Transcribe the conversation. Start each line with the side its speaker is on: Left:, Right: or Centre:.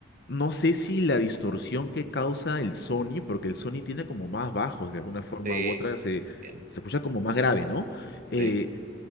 Left: No sé si la distorsión que causa el Sony, porque el Sony tiene como más bajos de alguna forma
Right: Sí,
Left: u otra, se,
Right: bien,
Left: se escucha como más grave, ¿no? Eh,
Right: sí.